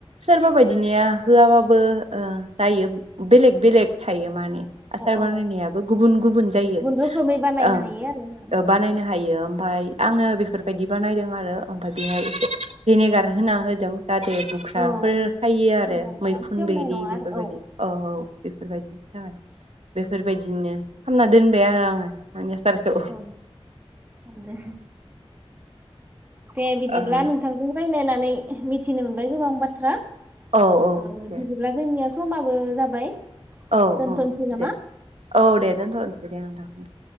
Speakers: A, on the right; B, on the right.
A: सोरबा बायदिनिया होआबाबो बो ओ जायो बेलेक बेलेक थायो माने आसार
B: औ
A: बानायनाय बो गुबुन गुबुन जायो
B: रोखोमै बानायनो
A: ओ
B: हायो आरोना
A: बानायनो
B: औ
A: हायो ओमफ्राय आङो
B: औ
A: बेफोरबायदि बानायदों आरो ओमफाय बेहाय एसे भिनेगार होना होदों जाहाथे बुख्राफोर
B: औ
A: खायि आरो
B: होमबानिया
A: मैखुन
B: सेवनाय
A: बेरि
B: नङा आरो
A: बेफोरबायदि औ औ बेफोरबायदिनि थाखाय बे बेफोरबायदिनो खालामामना दोनबाय आरो आङो आसारखौ
B: औ दे दे बिदिब्ला
A: ओं
B: नोंथांजों रायलायनानै मिथिनो मोनबाय गोबां बाथ्रा
A: औ औ
B: ओ
A: दे
B: बिदिब्ला जोंनिया समाबो जाबाय
A: औ
B: दोनथ'नोसै
A: औ
B: नामा
A: दे औ दे दोनथ'नोसै दे नोंथां <inaudible>